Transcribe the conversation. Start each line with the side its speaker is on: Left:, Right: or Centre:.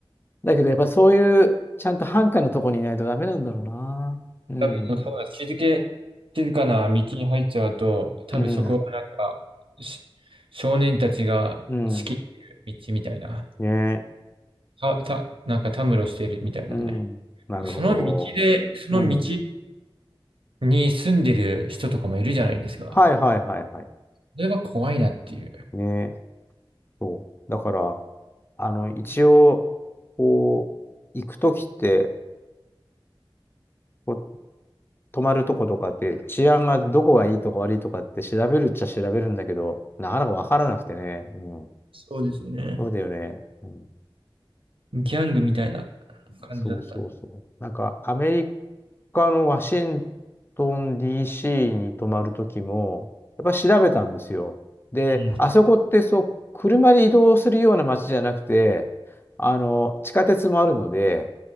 Left: だけどやっぱそういうちゃんと繁華のとこにいないとダメなんだろうな。うん。
Right: 多分そうだ、静け、静かな道に入っちゃうと、多分そこはなんか、
Left: うん。
Right: し少年たちが仕切ってる道みたいな。
Left: うん。ね
Right: た、た、なんかたむろしてるみたいなね。
Left: うん。なるほど。
Right: その道で、その道
Left: うん。
Right: に住んでる人とかもいるじゃないですか。
Left: はいはいはいはい。
Right: それは怖いなっていう、
Left: ねそう。だから、あの、一応、こう、行くときって、こっ泊まるとことかって、治安がどこがいいとか悪いとかって調べるっちゃ調べるんだけど、なかなかわからなくてね。うん。
Right: そうですよね。
Left: そうだよね。うん
Right: ギャングみたいな感じだったんで。
Left: そうそうそう。なんか、アメリカのワシントン DC に泊まるときも、やっぱ調べたんですよ。で、
Right: うん。
Left: あそこってそう、車で移動するような街じゃなくて、あの、地下鉄もあるので、